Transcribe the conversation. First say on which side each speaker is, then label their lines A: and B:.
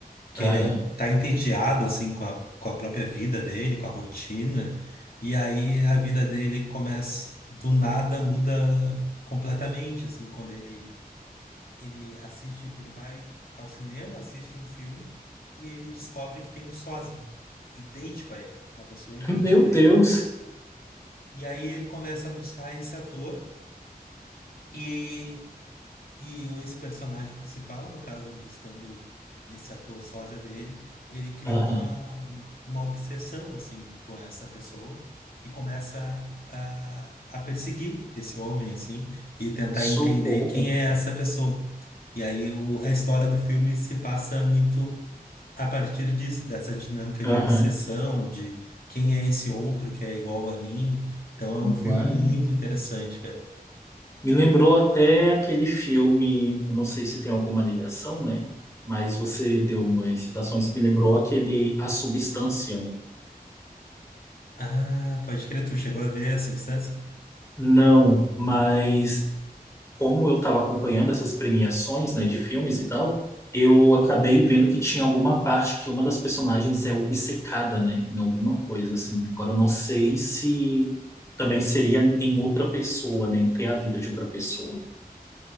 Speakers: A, on the left; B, on the left.
A: que
B: Aham.
A: ele é, tá entediado, assim, com a, com a própria vida dele, com a rotina, e aí a vida dele começa, do nada, muda completamente, assim, quando ele ele assiste, ele vai ao cinema, assiste um filme e ele descobre que tem um sósia idêntico a ele, uma pessoa idêntica
B: Meu
A: a
B: Deus.
A: ele. E aí ele começa a buscar esse ator e e o- esse personagem principal, no caso, buscando esse ator sósia dele, ele cria
B: Aham.
A: uma, uma obsessão, assim, com essa pessoa e começa a, a perseguir esse homem, assim, e tentar entender
B: Socorro.
A: quem é essa pessoa. E aí o, a história do filme se passa muito a partir disso, dessa dinâmica de
B: Aham.
A: obsessão, de quem é esse outro que é igual a mim. Então é um filme
B: Uai.
A: muito interessante, cara.
B: Me lembrou até aquele filme, eu não sei se tem alguma ligação, né? Mas você deu umas citações que me lembrou aquele A Substância, né?
A: Ah, pode crer, tu chegou a ver a Substância?
B: Não, mas como eu estava acompanhando essas premiações, né, de filmes e tal, eu acabei
A: Uhum.
B: vendo que tinha alguma parte que uma das personagens é obcecada, né, em alguma coisa assim. Agora eu não sei se também seria em outra pessoa, né, em ter a vida de outra pessoa.